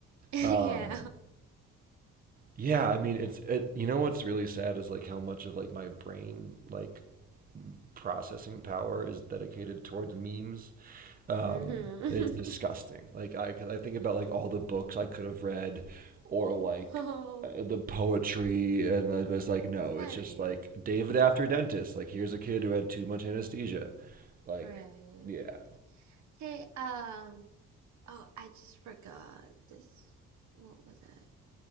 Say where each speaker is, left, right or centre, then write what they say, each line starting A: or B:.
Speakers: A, on the right; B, on the right.
A: <laughs>
B: Um,
A: Yeah.
B: yeah, I mean it's it, you know what's really sad is like how much of like my brain like processing power is dedicated towards memes. Um,
A: hmm
B: it's disgusting. Like I cause I think about like all the books I could have read or like
A: <laughs> Oh,
B: uh, the poetry and I was like no,
A: I
B: it's just
A: mean,
B: like David after dentist. Like here's a kid who had too much anesthesia. Like
A: great.
B: yeah.
A: Hey, um, oh, I just forgot this. What was I